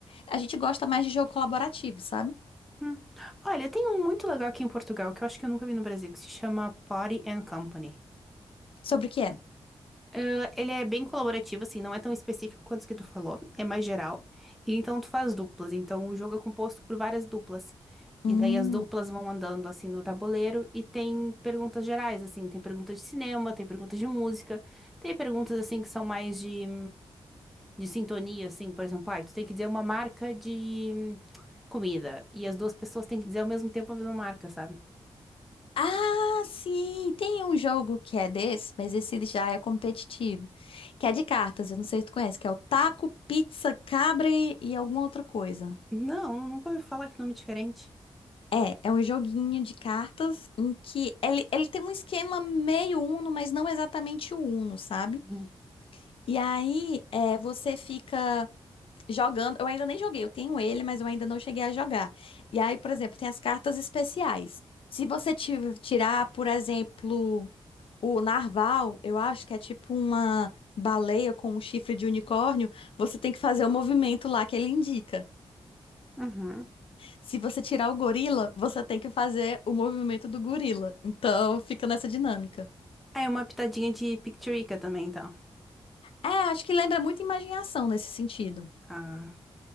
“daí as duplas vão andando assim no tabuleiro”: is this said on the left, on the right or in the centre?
Centre